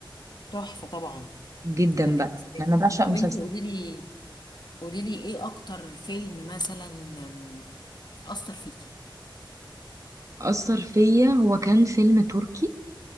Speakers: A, on the left (about 60°); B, on the right (about 40°).
A: تحفة طبعا
B: جدا
A: انا بالنسبة
B: بقى يعني
A: لي
B: انا بعشق
A: يا
B: مسلسل
A: بنتي قولي لي قولي لي ايه اكتر فيلم مثلا أم، اثر فيكي
B: اثر فيا هو كان فيلم تركي